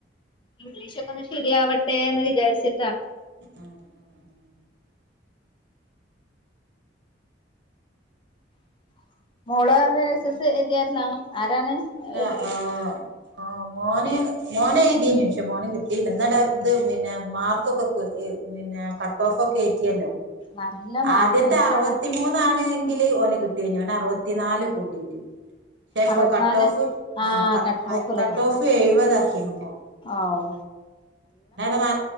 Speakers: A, on the left; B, on the right.
A: ഇംഗ്ലീഷൊക്കെ ഒന്ന് ശരിയാവട്ടെ എന്ന് വിചാരിച്ചി
B: ആഹ് ഹ ഹ
A: <inaudible> മോള് എസ്
B: പിന്നെ
A: എസ് സി എഴുതിയായിരുന്നോ ആരാണ് <unintelligible>
B: ഇല്ല ആഹ് ആഹ് മോന് മോന് എഴുതിനു പക്ഷെ മോന് കിട്ടിയില്ല എന്നാ- അത് പിന്നെ മാർക്കൊക്കെ പിന്നെ കട്ട് ഓഫ് ഒക്കെ യെറ്റിയല്ലോ
A: നല്ല മാർക്ക്
B: ആദ്യത്തെ
A: നല്ല
B: അറുപത്തി മൂന്നാണ് ങ്കില് ഓന് കിട്ടി കഴിഞ്ഞുൻ അറുപത്തി നാല് കൂട്ടീട്ട് പക്ഷെ ഇപ്പ
A: അറുപത്തിനാല്
B: കട്ട് ഓഫ് ആ
A: കട്ട് ഓഫ്ല്ലേ
B: കട്ട് ഓഫ് എഴുപതാ യിനിപ്പോ
A: ഓഹ്
B: എന്നട നാ